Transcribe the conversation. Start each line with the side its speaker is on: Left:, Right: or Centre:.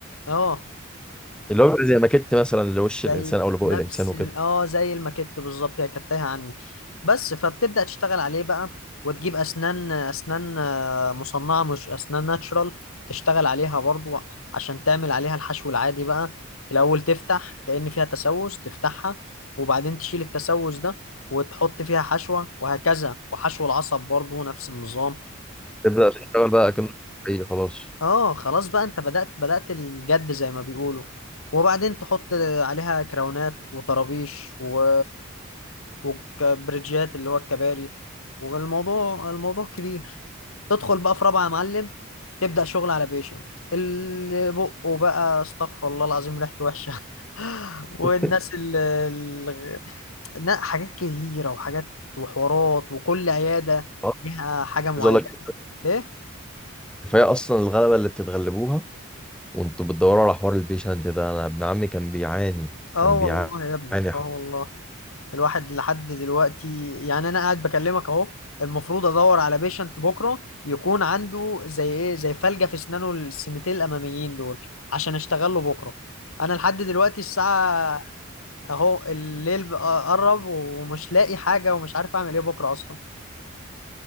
Left: اه
Centre: اللي هو بيبقى زي ماكيت مثلا لوش
Left: زي
Centre: الانسان او لبوق
Left: نفس
Centre: الانسان وكده
Left: ال- اه زي الماكيت بالظبط هي كانت تايهة عني بس فبتبدأ تشتغل عليه بقى وتجيب اسنان اسنان آه، مصنعة مش اسنان ناتشرال تشتغل عليها برضو عشان تعمل عليها الحشو العادي بقى الاول تفتح كأن فيها تسوس تفتحها وبعدين تشيل التسوس ده وتحط فيها حشوة وهكذا وحشو العصب برضو نفس النظام
Centre: تبدا تشتغل بقى كأنه حقيقي خلاص
Left: اه خلاص بقى انت بدأت بدأت الجد زي ما بيقولوا وبعدين تحط عليها كراونات وطرابيش و... وبرجيات اللي هو الكباري والموضوع الموضوع كبير تدخل بقى في رابعة يا معلم تبدأ شغل على بيشنت اللي بقه بقى استغفر الله العظيم ريحته وحشة <laughs> والناس
Centre: <laughs>
Left: اللي اللي- لا حاجات كتيرة وحاجات وحوارات وكل عيادة
Centre: خلاص.
Left: ليها حاجة معينة
Centre: عايز اقول لك
Left: ايه
Centre: كفايه اصلا الغلبه اللي بتتغلبوها وانتوا بتدوروا على حوار البيشنت ده انا ابن عمي كان بيعاني
Left: اه
Centre: كان
Left: والله
Centre: بيعاني
Left: يا ابني
Centre: حرفيا
Left: اه والله الواحد لحد دلوقتي يعني انا قاعد بكلمك اهو المفروض ادور على بيشنت بكره يكون عنده زي ايه زي فلجة في اسنانه السنتين الاماميين دول عشان اشتغل له بكره انا لحد دلوقتي الساعه اهو الليل بقى قرب ومش لاقي حاجه ومش عارف اعمل ايه بكره اصلا